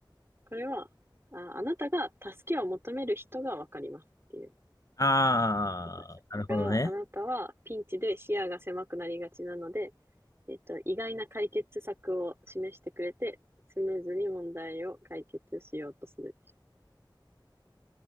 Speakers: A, on the right; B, on the left.
A: これは、あ、あなたが助けを求める人がわかりますっていう
B: あー、
A: 答え。
B: なるほどね。
A: だから、あなたはピンチで視野が狭くなりがちなので、えっと、意外な解決策を示してくれて、スムーズに問題を解決しようとするでしょう。